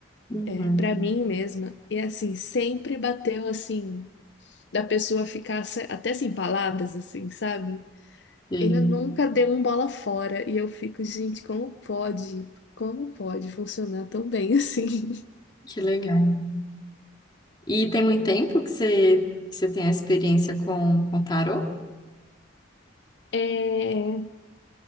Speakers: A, on the left; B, on the left.
A: Uhum.
B: é, para mim mesma. E assim, sempre bateu assim, da pessoa ficar se- até sem palavras, assim, sabe?
A: Sei.
B: Ele nunca deu um bola fora. E eu fico, gente, como pode? Como pode funcionar tão bem assim? <laughs>
A: Que legal. E tem muito tempo que você, que você tem a experiência com, com tarô?
B: É,